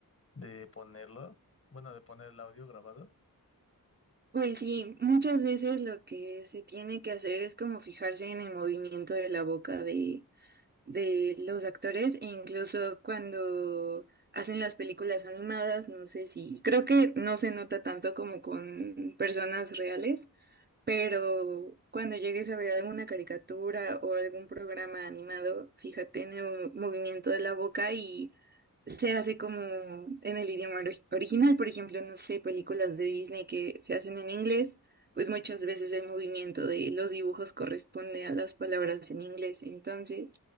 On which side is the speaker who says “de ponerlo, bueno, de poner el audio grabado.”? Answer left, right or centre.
Left